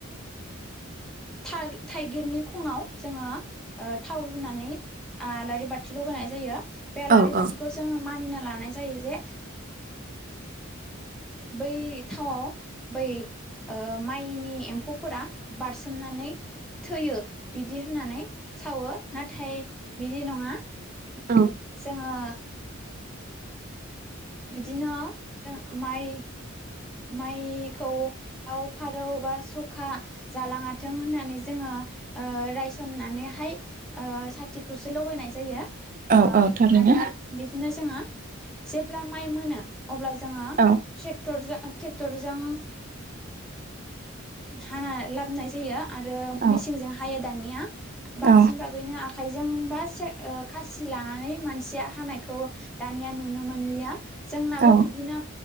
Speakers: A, in the centre; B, on the right.
A: थाइगिरनि खङाव जोङो थाव लुनानै आलारि बाथिल' होनाय जायो बे आलारि
B: औ
A: बाथिखौ
B: औ
A: जोङो मानिना लानाय जायो जे
B: <inaudible>
A: बै थावआव बै माइनि एम्फौफोरा बारसोमनानै थैयो बिदि होननानै सावो नाथाय बिदि नङा
B: औ
A: जोङो बिदिनो जों माइ माइखौ दाव फारौ बा सखा जालाङाथों होननानै जोङो रायसननानैहाय साथिखौसो लगायनाय जायो आरो
B: औ औ थारैनो
A: बिदिनो जोङो जेब्ला माइ मोनो अब्ला जोङो
B: औ
A: ट्रेक्टरजों ट्रेक्टरजों हाना लाबोनाय जायो आरो
B: औ
A: मिसिंजों हायो दानिया
B: औ
A: बांसिन बागैनो आखाइजोंबा ओ खासि लानानै मानसिया हानायखौ दानिया नुनो मोनो लिया जोंनाबो
B: औ
A: बिदिनो